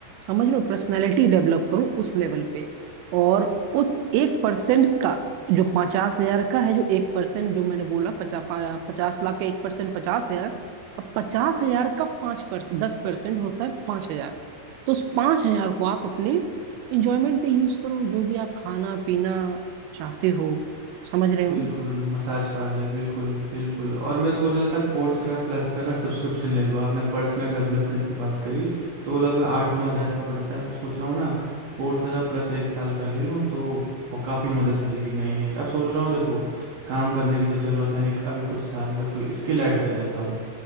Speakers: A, on the right; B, on the right.
A: समझ लो पर्सनैलिटी डेवलप करो उस लेवल पे और उस एक परसेंट का जो पचास हजार का है जो एक परसेंट जो मैंने बोला पचा, पा- पचास लाख का एक परसेंट पचास हजार अब पचास हजार का पांच परसेंट दस परसेंट होता है पांच हजार तो उस पांच हजार को आप अपने इंजॉयमेंट पे यूज करो जो भी आप खाना पीना चाहते हो समझ रहे हो
B: बिल्कुल
A: ना
B: मसाज पार्लर बिल्कुल बिल्कुल और मैं सोच रहा था कोर्सेरा प्लस का ना सब्सक्रिप्शन ले लो आपने पर्सनल डेवलपमेंट की बात करी तो लगभग आठ नौ हज़ार का पड़ता है तो सोच रहा हूँ ना कोर्सेरा प्लस एक साल का ले लूँ तो काफ़ी मदद मिलेगी नहीं नहीं अब सोच रहा हूँ देखो काम करने की तो ज़रूरत है नहीं अभी कुछ साल तक तो स्किल ऐड कर लेता हूँ